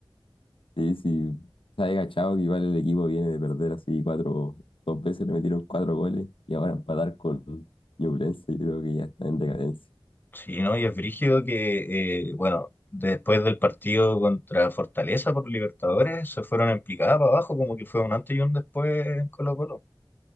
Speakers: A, on the left; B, on the left.
A: Sí, sí, sabe cachado que igual el equipo viene de perder así cuatro, dos veces le metieron cuatro goles y ahora empatar con Ñublense, yo creo que ya está en decadencia.
B: Sí, ¿no? Y es brígido que, eh, bueno, después del partido contra Fortaleza por Libertadores, se fueron en picada para abajo, como que fue un antes y un después en Colo-Colo.